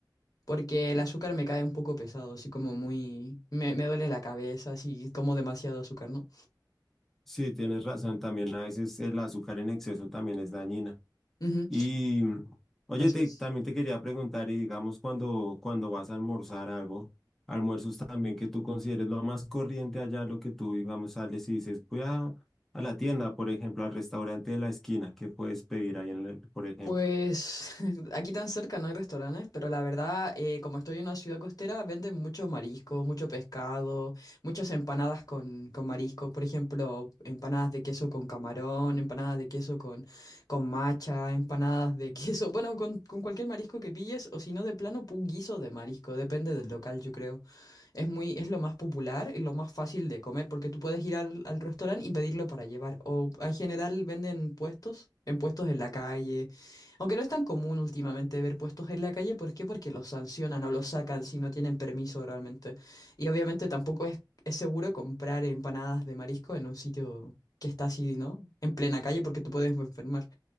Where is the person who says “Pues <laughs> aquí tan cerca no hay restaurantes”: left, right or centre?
Left